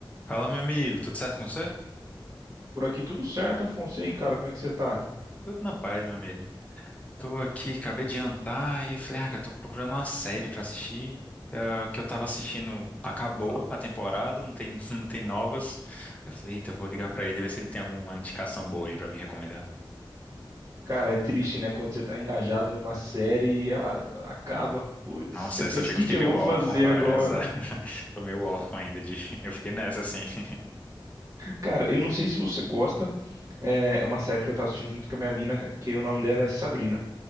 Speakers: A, on the left; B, on the right.
A: Fala, meu amigo, tudo certo com você?
B: Por aqui tudo certo, Afonso. E aí, cara, como é que você tá?
A: Tudo na paz, meu amigo. Tô aqui, acabei de jantar e falei, ah, cara, tô procurando uma série pra assistir. É, O que eu tava assistindo acabou a temporada, não tem, <laughs> não tem novas. Eu falei, eita, eu vou ligar pra ele, ver se ele tem alguma indicação boa aí pra me recomendar.
B: Cara, é triste, né? Quando você tá engajado numa série e ela acaba. Putz,
A: Nossa,
B: você
A: essa
B: pensa,
A: chega,
B: o que
A: eu fiquei
B: que
A: meio
B: eu vou
A: órfão,
B: fazer
A: cara.
B: agora?
A: Essa... <laughs> Tô meio órfão ainda de. <laughs> Eu fiquei nessa, assim. <laughs>
B: Cara, eu não sei se você gosta. É é uma série que eu tava assistindo junto com a minha mina, que o nome dela é Sabrina.